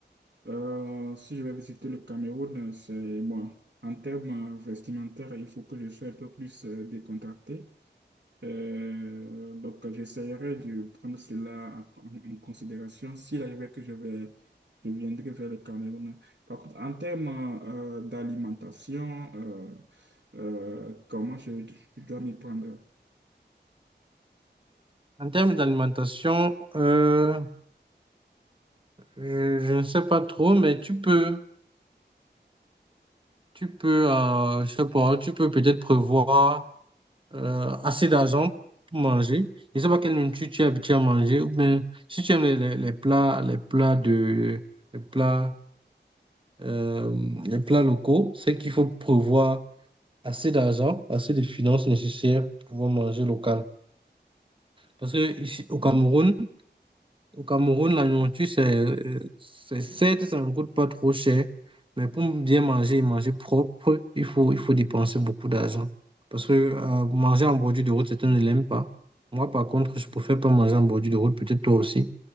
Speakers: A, on the right; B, on the right.
A: Euh, si je vais visiter le Cameroun, euh, c'est bon. En termes euh, vestimentaires, il faut que je sois un peu plus euh, décontracté. Euh, donc, j'essaierai de prendre cela en, en- en considération s'il arrivait que je vais, je viendrai vers le Cameroun. Par contre, en termes euh, euh, d'alimentation, euh, euh, comment je, je dois m'y prendre?
B: En termes d'alimentation, euh, je, je ne sais pas trop, mais tu peux, tu peux, euh, je sais pas, tu peux peut-être prévoir euh, assez d'argent pour manger. Je ne sais pas quelle nourriture tu es habitué à manger, ou bien si tu aimes les, les- les plats, les plats de, les plats, euh, les plats locaux, c'est qu'il faut prévoir. assez d'argent, assez de finances nécessaires pour pouvoir manger local. Parce que ici, au Cameroun, au Cameroun, la nourriture, c'est, euh, c'est- certes, ça ne coûte pas trop cher, mais pour bien manger et manger propre, il faut, il faut dépenser beaucoup d'argent. Parce que euh, manger en bordure de route, certains ne l'aiment pas. Moi, par contre, je préfère pas manger en bordure de route, peut-être toi aussi.